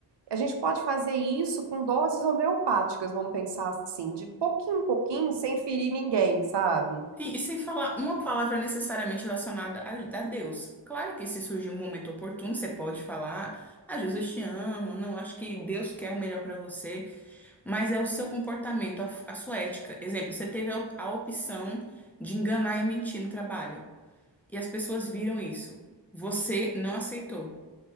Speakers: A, on the right; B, in the centre.
A: a gente pode fazer isso com doses homeopáticas, vamos pensar assim, de pouquinho em pouquinho, sem ferir ninguém, sabe?
B: Sim, e sem falar uma palavra necessariamente relacionada a, a Deus. Claro que se surgir um momento oportuno, você pode falar, ah, Jesus te ama, não, acho que Deus quer o melhor para você. Mas é o seu comportamento, a, a sua ética. Exemplo, você teve a, op- a opção de enganar e mentir no trabalho. E as pessoas viram isso. Você não aceitou.